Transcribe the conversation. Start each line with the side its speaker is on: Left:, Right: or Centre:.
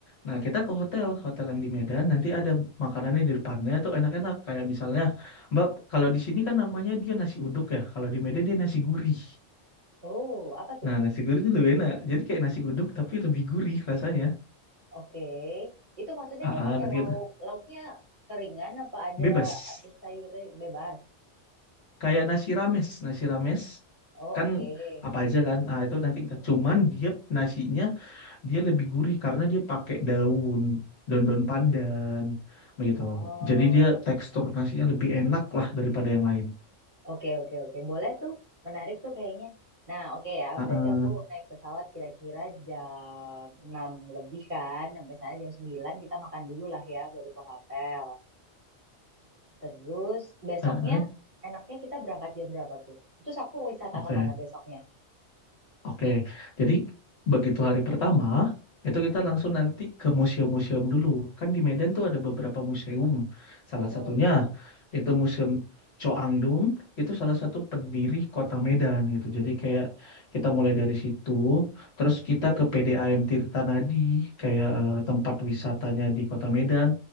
Left: Nah,
Right: mm-mm.
Left: kita ke hotel, hotel yang di Medan nanti ada makanannya di depannya tuh enak-enak kayak misalnya Mbak, kalau di sini kan namanya dia nasi uduk ya. Kalau di Medan dia nasi gurih.
Right: Oh, apa tuh?
Left: Nah, nasi gurih itu lebih enak. Jadi kayak nasi uduk tapi lebih gurih rasanya.
Right: Oke. Itu maksudnya
Left: Ah,
Right: dia pakai
Left: ah, nanti
Right: lauk.
Left: kita
Right: Lauknya keringan apa ada
Left: bebas.
Right: ada sayurnya bebas?
Left: Kayak nasi rames, nasi rames
Right: Oh,
Left: kan
Right: oke.
Left: apa
Right: Hmm,
Left: aja kan? Ah, itu nanti
Right: hmm.
Left: kita. Cuman dia nasinya dia lebih gurih karena dia pakai daun, daun-daun pandan begitu.
Right: Oh.
Left: Jadi dia tekstur nasinya lebih enak lah daripada yang lain.
Right: Oke, oke, oke. Boleh tuh. Menarik tuh kayaknya. Nah, oke ya.
Left: Ah,
Right: Berarti
Left: ah,
Right: aku naik pesawat kira-kira jam 6 lebih kan. Sampai sana jam 9 kita makan dulu lah ya, baru ke hotel. Terus besoknya
Left: ah, ah.
Right: enaknya kita berangkat jam berapa tuh? Terus aku wisata
Left: Oke.
Right: kemana besoknya?
Left: Oke, jadi begitu hari pertama itu
Right: Mm-mm.
Left: kita langsung nanti ke museum-museum dulu. Kan di Medan tuh ada beberapa museum. Salah
Right: Mm-mm.
Left: satunya itu Museum Coangdum, itu salah satu pendiri kota Medan gitu. Jadi kayak kita mulai dari situ, terus
Right: Oke.
Left: kita ke PDAM Tirtanadi, kayak eh, tempat wisatanya di kota Medan.